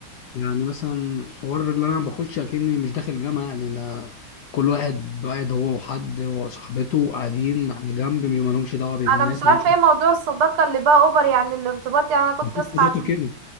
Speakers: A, on the left; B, on the right.
A: يعني مثلا الحوار اللي انا بخش اكني مش داخل جامعه يعني انا كل واحد قاعد هو وحد وصاحبته قاعدين على جنب ما لهمش دعوه بالناس
B: انا مش عارفه
A: ما لهمش دعوه
B: ايه موضوع الصداقه اللي بقى اوفر يعني الارتباط يعني انا كنت
A: مفيش
B: اسمع
A: صداقه
B: عن
A: كده